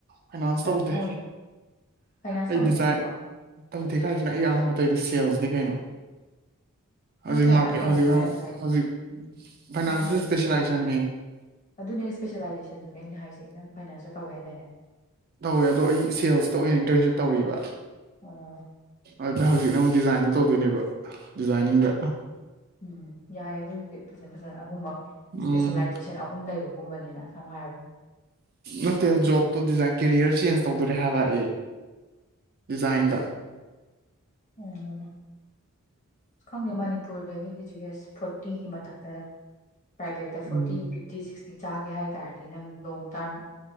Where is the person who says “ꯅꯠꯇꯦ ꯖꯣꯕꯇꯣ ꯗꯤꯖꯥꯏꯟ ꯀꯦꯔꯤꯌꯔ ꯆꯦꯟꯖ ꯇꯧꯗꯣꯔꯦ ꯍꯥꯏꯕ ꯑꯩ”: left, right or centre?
Right